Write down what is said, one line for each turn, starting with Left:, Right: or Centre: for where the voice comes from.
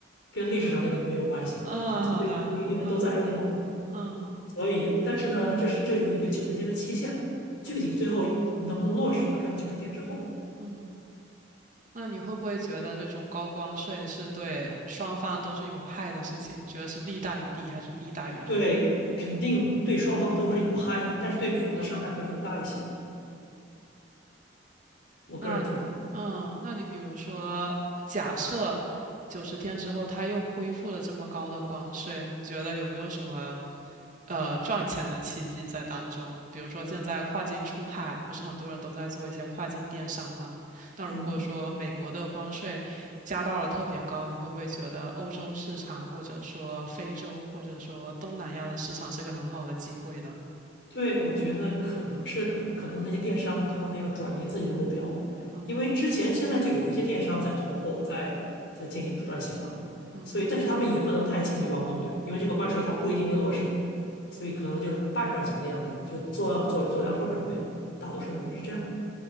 Left: 跟历史上那个没有关系，
Right: 嗯嗯，
Left: 就对，
Right: 好的。
Left: 因因为都在日内瓦嘛，
Right: 嗯嗯。
Left: 所以但是呢，这是这有一个九十天的期限，具体最后能不能落实要看九十天之后。
Right: 嗯嗯，那你会不会觉得这种高关税是对双方都是有害的事情？你觉得是利大于弊还是弊大于利？
Left: 对，肯定对双方都是有害的，但是对美国的伤害会更大一些，我个人觉得，
Right: 那你，嗯，那你比如说，假设九十天之后它又恢复了这么高的关税，你觉得有没有什么呃赚钱的契机在当中？比如说现在跨境出海，不是很多人都在做一些跨境电商吗？那如果说美国的关税加到了特别高，
Left: 嗯。
Right: 你会不会觉得欧洲市场或者说非洲或者说东南亚的市场是个很好的机会呢？
Left: 对，我觉得可能是的，可能那些电商他都要转移自己的目标，
Right: 嗯
Left: 因为之前现在就有一些电商在囤货，在在进行转型了，
Right: 嗯。
Left: 所以但是他们也不能太轻举妄动，对吧？因为这个关税它不一定会落实，所以可能就是半转型那样的，就做做做两手准备，大多数人可能是这样的。